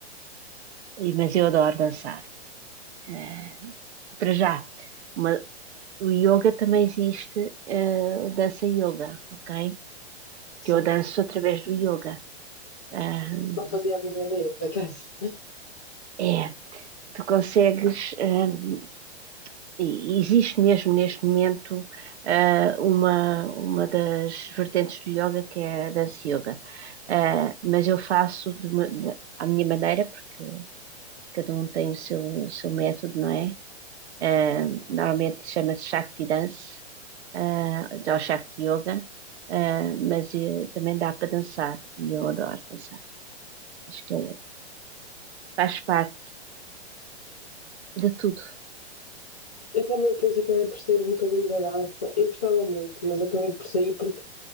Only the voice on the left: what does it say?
Sim,
não fazia a mínima ideia, por acaso.
Eu também depois acabei por sair um bocadinho da dança. Eu gostava muito, mas acabei por sair porque